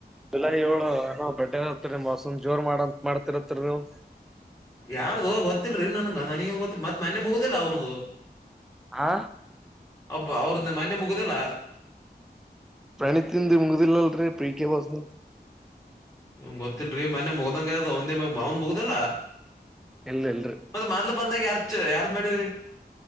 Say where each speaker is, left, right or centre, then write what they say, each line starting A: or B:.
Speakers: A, in the centre; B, on the left.
A: ಜುಲೈ ಏಳು ಬರ್ಡೆ ಇರತ್ತ ಮಸೂಮ್ ಜೋರ್ ಮಾಡಂತ ಮಾಡ್ತಿರತ್ರಿ ನೀವು.
B: ಯಾರ್ದೋ ಗೊತ್ತಿಲ್ರಿ ನನ್ಗೆ ನನಗ ಗೊತ್ತ ಮತ್ ಮನ್ನೆ ಮುಗುದಿಲ್ಲ ಅವ್ರ್ದದು.
A: ಆ
B: ಹಬ್ಬ ಅವ್ರದ ಮನ್ನೆ ಮುಗದಿಲ್ಲ.
A: ಪ್ರಣಿತಿಂದ ಮುಗಿದಿಲ್ಲಲ್ರೀ ಪಿ ಕೆ ಬಾಸದ.
B: ಏನ್ ಗೊತ್ತಿಲ್ರಿ ಮೊನ್ನೆ ಮುಗ್ದಂಗ ಆಗದ ಅವಂದೆನ ಅವಂದ ಮುಗ್ದಿಲ್ಲಾ.
A: ಇಲ್ ಇಲ್ರಿ
B: ಮತ್ತೆ ಮೊದ್ಲು ಬಂದಾಗ ಯಾರದ ಚ ಯಾರ್ ಮ <unintelligible>